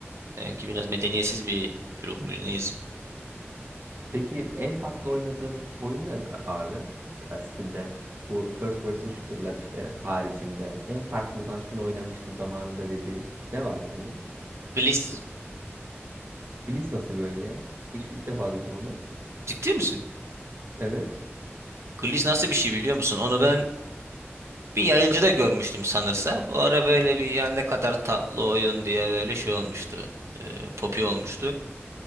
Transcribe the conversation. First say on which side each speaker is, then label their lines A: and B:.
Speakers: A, on the right; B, on the right.
A: Demek ki biraz medeniyetsiz bir güruh muyuz neyiz?
B: Peki en farklı oynadığın oyun ne a- abi? Mesela Steam'de bu first person shooter'lar işte haricinde en farklı olan şunu oynamıştım zamanında dediğin ne var senin?
A: Gliss,
B: Blitz nasıl bir oyun ya? Hiç ilk defa duydum onu.
A: ciddi misin?
B: Evet.
A: Gliss nasıl bir şey biliyor musun? Onu ben Bir yayıncıda görmüştüm sanırsam. O ara böyle bir yani ne kadar tatlı oyun diye böyle şey olmuştu. E, popi olmuştu.